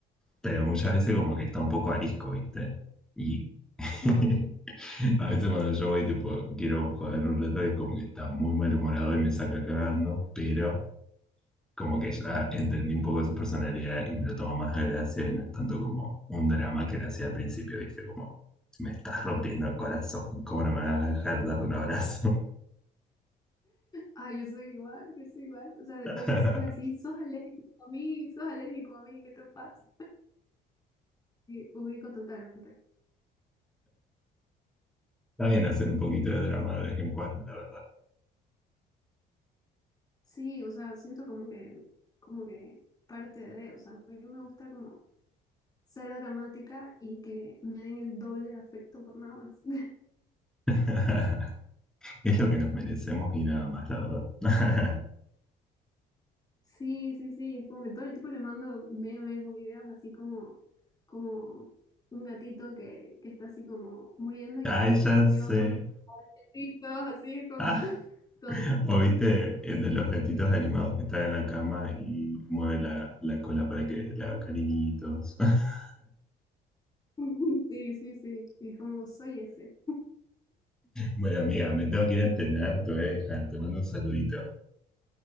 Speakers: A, in the centre; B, on the left.
A: pero muchas veces como que está un poco arisco, ¿viste? Y <laughs>
B: <laughs>
A: A veces cuando yo voy, tipo, quiero joder un rato, es como que está muy malhumorado y me saca cagando, pero como que ya entendí un poco su personalidad y me lo tomo más a gracia y no es tanto como un drama que le hacía al principio, ¿viste? Como, me estás rompiendo el corazón, ¿cómo no me vas a dejar darte un abrazo?
B: Ay, yo soy igual, yo soy igual.
A: <laughs>
B: O sea, de,
A: Está
B: de decirle así, sos alérgico a mí, sos alérgico a mí, ¿qué te pasa? Sí, ubico totalmente.
A: bien hacer un poquito de drama de vez en cuando, la
B: Sí, o sea, siento como que, como que parte de, o sea, a mí me gusta como ser dramática y que me den el doble de afecto por nada más. <laughs>
A: verdad. <laughs> Es lo que nos merecemos y nada más, la verdad.
B: Sí, sí, sí, es como que todo el tiempo le mando memes o videos así como, como un gatito que, que está así como muriendo
A: <laughs>
B: y
A: Ay,
B: es como
A: ya
B: murió
A: sé.
B: por todos así es como
A: <laughs>
B: todo el...
A: ¿O viste el de los gatitos animados que están en la cama y mueve la, la cola para que le haga cariñitos? <laughs>
B: <laughs> Sí, sí, sí, y es como soy ese.
A: Bueno, amiga, me tengo que ir a entrenar, te voy a dejar, te mando un saludito.